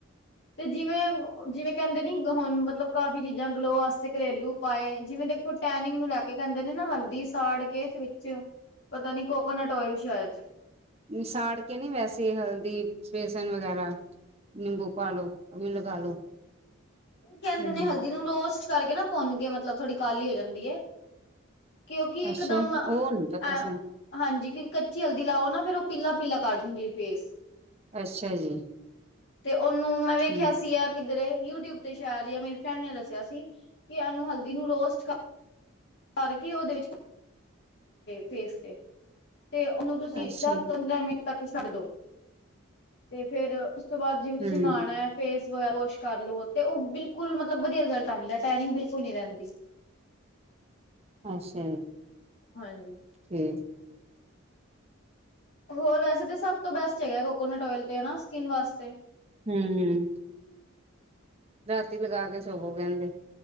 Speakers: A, on the left; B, on the right.
A: ਤੇ ਜਿਵੇਂ, ਜਿਵੇਂ ਕਹਿੰਦੇ ਨੀ ਹੁਣ ਮਤਲਬ ਕਾਫੀ ਚੀਜ਼ਾਂ ਗਲੋ ਵਾਸਤੇ ਘਰੇਲੂ। ਪਾਏ ਜਿਵੇਂ ਦੇਖੋ, ਟੈਨਿੰਗ ਨੂੰ ਲੈ ਕੇ ਕਹਿੰਦੇ ਨੇ ਨਾ ਹਲਦੀ ਸਾੜ ਕੇ ਤੇ ਵਿੱਚ ਪਤਾ ਨੀ ਕੋਕੋਨਟ ਓਇਲ ਸ਼ਾਇਦ।
B: ਓਨੁ ਸਾੜ ਕੇ ਨੀ, ਵੈਸੇ ਹਲਦੀ, ਬੇਸਨ ਵਗੈਰਾ। ਨਿੰਬੂ ਪਾਲੋ, ਔਵੀਂ ਲਗਾ ਲੋ।
A: ਕਹਿੰਦੇ
B: ਹੂੰ।
A: ਨੇ ਹਲਦੀ ਨੂੰ ਰੋਸਟ ਕਰਕੇ ਨਾ, ਭੁੰਨ ਕੇ ਮਤਲਬ ਥੋੜ੍ਹੀ ਕਾਲੀ ਹੋ ਜਾਂਦੀ ਹੈ। ਕਿਉਂਕਿ
B: ਅੱਛਾ
A: ਇੱਕਦਮ ਅ
B: ਉਹ ਨੀ ਪਤਾ ਸਾਨੂੰ
A: ਹਾਂਜੀ ਕਿਉਂਕਿ ਕੱਚੀ ਹਲਦੀ ਲਾਓ ਨਾ, ਫਿਰ ਉਹ ਪੀਲਾ- ਪੀਲਾ ਕਰ ਦੇੰਦੀ ਐ ਫੇਸ।
B: ਅੱਛਾ ਜੀ।
A: ਤੇ, ਉਹਨੂੰ ਮੈਂ ਵੇਖਿਆ
B: ਹੂੰ
A: ਸੀ ਅ ਕਿਧਰੇ ਯੂਟੀਊਬ ਤੇ ਸ਼ਾਇਦ ਯਾ ਮੇਰੇ ਫਰੈਂਡ ਨੇ ਦੱਸਿਆ ਸੀ ਕਿ, ਐਨੂ ਹਲਦੀ ਨੂੰ ਰੋਜ਼ ਅ ਭਰਕੇ ਉਹਦੇ ਵਿ ਫੇਸ ਤੇ, ਤੇ ਉਹਨੂੰ ਤੁਸੀਂ
B: ਅੱਛਾ
A: ਦਸ-ਪੰਦਰਾਂ
B: ਜੀ
A: ਮਿੰ ਤੱਕ ਛੱਡ ਦੋ, ਤੇ ਫੇਰ ਉਸ ਤੋਂ ਬਾਅਦ ਜਿਵੇਂ ਤੁਸੀਂ
B: ਹੂੰ
A: ਨਾਣਾ ਐ। ਫੇਸ <unintelligible> ਵਾੱਸ਼ ਕਰ ਲੋ, ਤੇ ਉਹ ਬਿਲਕੁਲ ਮਤਲਬ ਵਧੀਆ ਰਿਜ਼ਲਟ ਆਂਦਾ ਏ, ਟੈਨਿੰਗ ਬਿਲਕੁਲ ਨੀ ਰਹਿੰਦੀ।
B: ਅੱਛਾ।
A: ਹਾਂਜੀ।
B: ਠੀਕ।
A: ਹੋਰ ਵੈਸੇ ਤੇ ਸਭ ਤੋਂ ਬੈਸਟ ਹੈਗਾ, ਕੋਕੋਨਟ ਓਇਲ ਤੇ ਹੇਨਾ, ਸਕਿੰਨ ਵਾਸਤੇ।
B: ਹੂੰ, ਰਾਤੀ ਲਗਾ ਕੇ ਸੋਵੋ ਕਹਿੰਦੇ।